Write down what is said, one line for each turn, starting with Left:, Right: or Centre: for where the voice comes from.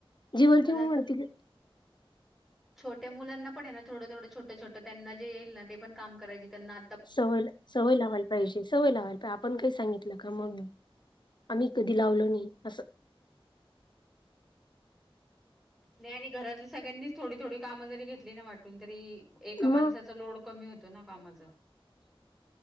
Left: जी वर्किंग
Centre: मला अस
Left: <unintelligible>
Centre: छोट्या मुलांना पण आहे ना थोडं थोडं छोटं छोटं त्यांना जे येईल ते पण काम करायचे त्यांना
Left: सवय सवय लावायला पाहिजे सवय लावायला आपण काही सांगितलं का मग आम्ही कधी लावल नाही अस
Centre: नाही आणि घरातल्या सगळ्यांनीच थोडी थोडी कामं जरी घेतली ना वाटून तरी एका माणसाचा
Left: मग
Centre: लोड कमी होतो ना कामाचा